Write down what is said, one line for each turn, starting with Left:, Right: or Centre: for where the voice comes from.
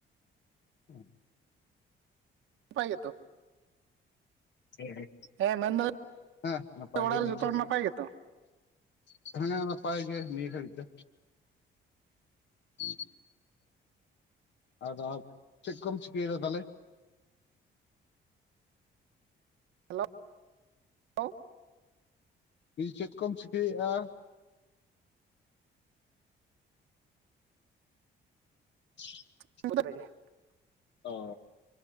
Left: <unintelligible> ᱦᱮᱸ
Right: ᱱᱟᱯᱟᱭ ᱜᱮᱛᱚ
Left: <unintelligible> ᱦᱮᱸ
Right: ᱦᱮᱸ ᱢᱮᱱᱫᱟᱹᱧ
Left: ᱦᱮᱸ ᱱᱟᱯᱟᱭ
Right: ᱚᱲᱟᱜ
Left: ᱜᱮ ᱱᱤᱭᱟ
Right: ᱨᱮ ᱡᱚᱛᱚ ᱦᱚᱲ ᱱᱟᱯᱟᱭ ᱜᱮᱛᱚ
Left: ᱜᱷᱟᱲᱤᱡ ᱦᱮᱸ ᱱᱟᱯᱟᱭ ᱜᱮ ᱱᱤᱭᱟᱹ ᱜᱷᱟᱲᱤᱡ ᱫᱚ <inaudible> <unintelligible> ᱟᱫᱚ ᱪᱮᱫ ᱠᱚᱢ ᱪᱤᱠᱟᱹᱭᱮᱫᱟ ᱛᱟᱦᱚᱞᱮ
Right: ᱦᱮᱞᱳ ᱦᱮᱞᱳ <unintelligible>
Left: ᱪᱮᱫ ᱠᱚᱢ ᱪᱤᱠᱟᱹᱭᱮᱜᱼᱟ <inaudible>
Right: <unintelligible>
Left: ᱚ